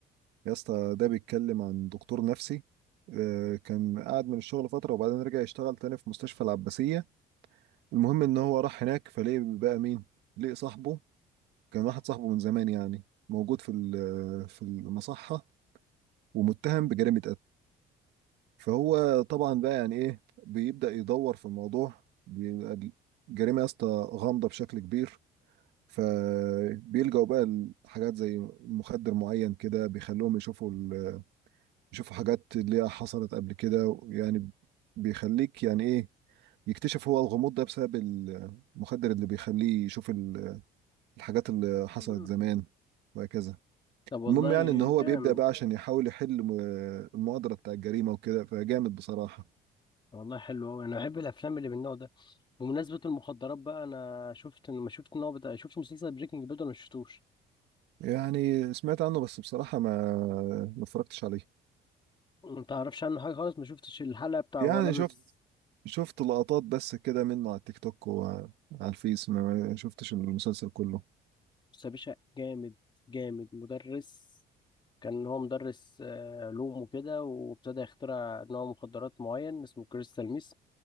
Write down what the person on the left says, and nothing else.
مم.
طب والله
جامد
والله حلو قوي انا بحب الافلام اللي من النوع ده بمناسبه المخدرات بقى انا شفت ما شفت ان هو بتاع شفت مسلسل بريكنج باد ولا ما شفتوش
ما تعرفش عنه حاجه خالص ما شفتش الحلقه بتاع
هو لابس
بص يا باشا جامد جامد مدرس كان هو مدرس آه، علوم وكده وابتدى يخترع نوع مخدرات معين اسمه كريستال ميس